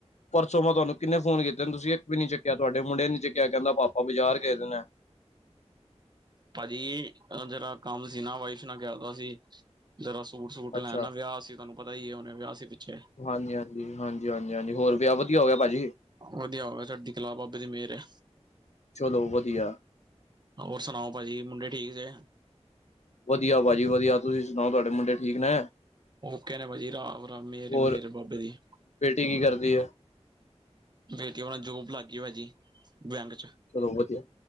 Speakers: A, on the left; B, on the right.
A: ਪਰਸੋਂ ਮੈਂ ਤੁਹਾਨੂੰ ਕਿੰਨੇ ਫੋਨ ਕੀਤੇ ਨੇ ਤੁਸੀਂ ਇੱਕ ਵੀ ਨੀ ਚੁੱਕਿਆ ਤੁਹਾਡ ਮੁੰਡੇ ਨੀ ਚੁੱਕਿਆ ਕਹਦਾ ਪਾਪਾ ਬਾਜ਼ਾਰ ਗਏਦੇ ਨੇ
B: ਭਾਜੀ ਜਿਹੜਾ ਕੰਮ ਸੀਨਾ ਵਾਈਫ ਨਾਲ ਕਰਦਾ ਸੀ ਜਰਾ ਸੂਟ ਸੂਟ ਲੈਣ
A: ਅੱਛਾ
B: ਨਾ ਵਿਆਹ ਸੀ ਤੁਹਾਨੂੰ ਪਤਾ ਹੀ ਉਹਨੇ ਵਿਆਹ ਸੀ ਪਿੱਛੇ
A: ਹਾਂਜੀ ਹਾਂਜੀ ਹਾਂਜੀ ਹਾਂਜੀ ਹਾਂਜੀ ਹੋਰ ਵਿਆਹ ਵਧੀਆ ਹੋ ਗਿਆ ਭਾਜੀ
B: ਵਧੀਆ ਹੋਵੇ ਤੁਡੇ ਖਿਲਾਬ ਬਾਬੇ ਦੀ ਮਿਹਰ ਹੈ
A: ਚਲੋ ਵਧੀਆ
B: ਹੋਰ ਸੁਣਾਓ ਭਾਜੀ ਮੁੰਡੇ ਠੀਕ ਜੇ
A: ਵਧੀਆ ਭਾਜੀ ਵਧੀਆ ਤੁਸੀਂ ਸੁਣਾਓ ਤੁਹਾਡੇ ਮੁੰਡੇ ਠੀਕ ਨੇ
B: ਉਹ ਕਹਿ ਨੇ ਭਾਜੀ ਰਾਮ ਰਾਮ ਮੇਰੇ
A: ਹੋਰ
B: ਮੇਰੇ ਬਾਬੇ ਦੀ
A: ਬੇਟੀ ਕੀ ਕਰਦੀ ਹੈ
B: ਬੇਟੀ ਉਹ ਨਾਲ ਜੋਬ ਲੱਗ ਗਈ ਹੋ ਜੀ ਬੈਂਕ ਚ
A: ਚਲੋ ਵਧੀਆ